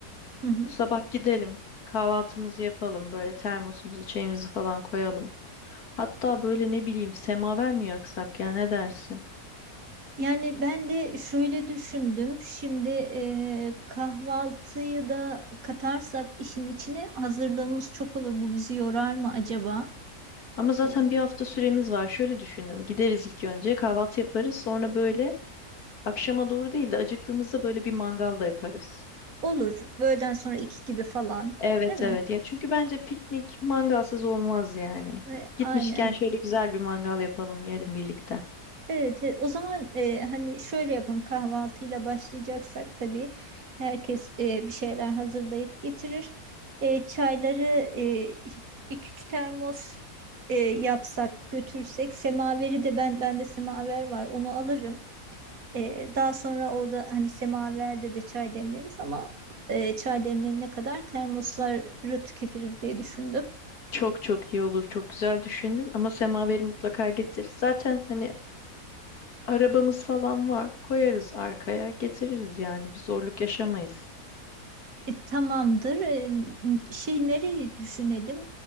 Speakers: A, on the right; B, on the left.
A: Hı hı.
B: Sabah gidelim, kahvaltımızı yapalım, böyle termosumuzu, çayımızı falan koyalım. Hatta böyle ne bileyim semaver mi yaksak ya ne dersin?
A: Yani ben de şöyle düşündüm. Şimdi e, kahvaltıyı da katarsak işin içine hazırlığımız çok olur. Bu bizi yorar mı acaba?
B: Ama zaten
A: E,
B: bir hafta süremiz var. Şöyle düşündüm. Gideriz ilk önce kahvaltı yaparız. Sonra böyle akşama doğru değil de acıktığımızda böyle bir mangal da yaparız.
A: olur. Öğleden sonra iki gibi falan,
B: Evet
A: değil mi?
B: evet ya çünkü bence piknik mangalsız olmaz yani.
A: E,
B: Gitmişken
A: aynen.
B: şöyle güzel bir mangal yapalım yiyelim birlikte.
A: Evet, e, o zaman e, hani şöyle yapalım kahvaltıyla başlayacaksak tabii herkes e, bir şeyler hazırlayıp getirir. E, çayları e, iki üç termos e, yapsak götürsek semaveri de ben bende semaver var onu alırım. E, daha sonra orada hani semaverde de çay demleriz ama e, çay demlerine kadar termosları tüketiriz diye düşündüm.
B: Çok çok iyi olur çok güzel düşündün ama semaveri mutlaka getir. Zaten hani Arabamız falan var. Koyarız arkaya, getiririz yani. Bir zorluk yaşamayız.
A: E, tamamdır. E, n- şey nereyi düşünelim?